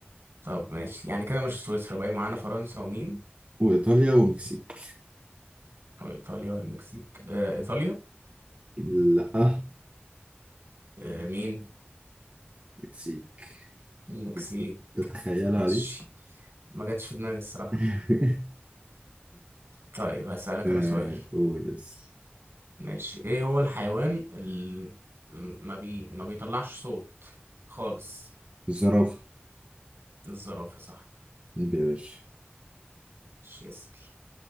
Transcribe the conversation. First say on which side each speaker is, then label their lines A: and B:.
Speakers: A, on the right; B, on the right.
A: طب ماشي يعني كده مش سويسرا باقي معانا فرنسا ومين
B: وايطاليا ومكسيك
A: وايطاليا والمكسيك آه ايطاليا
B: لا
A: آه مين
B: مكسيك
A: المكسيك
B: أنت تتخيلها
A: ماشي
B: دي
A: ما جاتش في دماغي الصراحة
B: <laughs>
A: طيب هسألك
B: آه،
A: انا سؤال
B: قول بس
A: ماشي ايه هو الحيوان اللي ما بي ما بيطلعش صوت خالص
B: الزرافه
A: الزرافة صح
B: يبقى يا باشا
A: مش اسأل